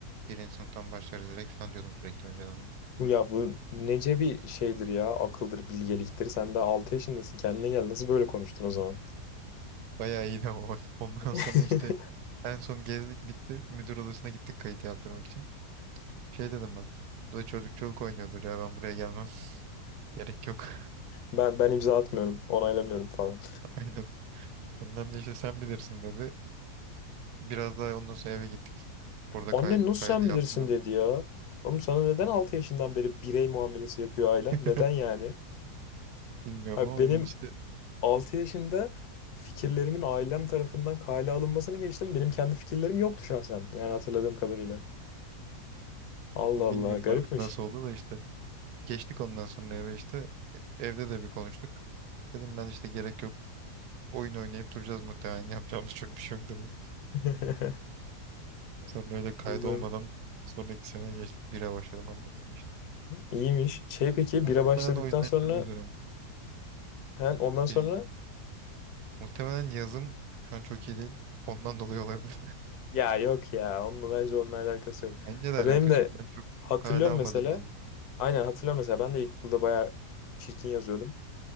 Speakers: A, on the right; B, on the left.
A: Birinci sınıftan başlarız direkt falan diyordum sürekli önceden de.
B: Ya bu nece bir şeydir ya akıldır bilgeliktir. Sen de 6 yaşındasın kendine gel nasıl böyle konuştun o zaman?
A: Bayağı iyiydi ama bak. <laughs> Ondan
B: <laughs>
A: sonra işte en son gezdik bitti. Müdür odasına gittik kayıt yaptırmak için. Şey dedim ben. Bu da çocuk çocuk oynuyordur ya ben buraya gelmem. <laughs> Gerek yok.
B: Ben ben imza atmıyorum onaylamıyorum falan.
A: <laughs> Aynen. Annem de işte sen bilirsin dedi. Biraz daha ondan sonra eve gittik. Orada
B: Anne
A: kay
B: nasıl
A: kaydı
B: sen
A: yaptırmadım.
B: bilirsin dedi ya. Oğlum sana neden 6 yaşından beri birey muamelesi yapıyor ailen?
A: <laughs>
B: Neden yani?
A: Bilmiyorum
B: Ha,
A: ama
B: benim
A: yani işte
B: 6 yaşında fikirlerimin ailem tarafından kale alınmasını geçtim. Benim kendi fikirlerim yoktu şahsen. Yani hatırladığım kadarıyla. Allah Allah
A: bilmiyorum
B: garipmiş.
A: artık nasıl oldu da işte. Geçtik ondan sonra eve işte. Evde de bir konuştuk. Dedim ben işte gerek yok. Oyun oynayıp duracağız muhtemelen. <laughs> Yapacağımız çok bir şey yok dedim.
B: <laughs>
A: Sonra öyle kaydolmadan
B: Allah'ım.
A: sonraki seneye geçtik. Bire başladım ondan sonra işte.
B: İyiymiş. Şey peki
A: Muhtemelen
B: bira başladıktan
A: o yüzden
B: sonra
A: şöyle diyorum.
B: Ha, ondan sonra
A: E, muhtemelen yazım şu an çok iyi değil. Ondan dolayı olabilir.
B: ya yok ya onunla bence onunla alakası
A: <laughs>
B: yok.
A: Bence de alakası
B: Ya benim de
A: yok. Ben çok
B: hatırlıyorum
A: kale almadığımdan.
B: mesela.
A: dolayı.
B: Aynen hatırlıyorum mesela ben de ilkokulda bayağı çirkin yazıyordum.